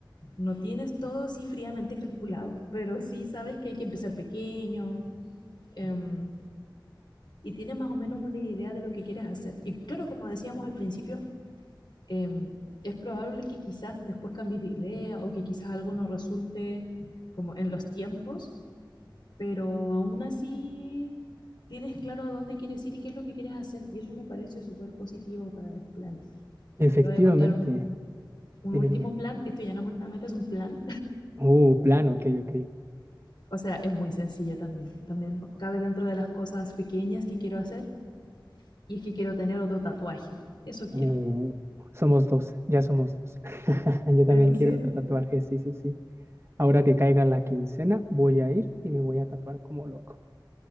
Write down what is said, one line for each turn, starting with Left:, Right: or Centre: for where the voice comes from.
Left: no tienes todo así fríamente calculado, pero sí sabes que hay que empezar pequeño em, y tienes más o menos una idea de lo que quieres hacer. Y claro, como decíamos al principio, em, es probable que quizás después cambies de idea o que quizás algo no resulte como en los tiempos, pero aún así tienes claro a dónde quieres ir y qué es lo que quieres hacer y eso me parece súper positivo para los planes.
Right: Efectivamente,
Left: Te voy a contar un- un
Right: dime,
Left: último
Right: dime.
Left: plan, esto ya no es una meta, es un plan.
Right: Uh, plan, ok, ok.
Left: <laughs> o sea, es muy sencillo también. También cabe dentro de las cosas pequeñas que quiero hacer y es que quiero tener otro tatuaje. Eso quiero.
Right: Uh, somos dos, ya somos dos. <laughs> Yo también
Left: ¿En
Right: quiero
Left: serio?
Right: otro tatuaje, sí, sí, sí. Ahora que caiga la quincena, voy a ir y me voy a tatuar como loco.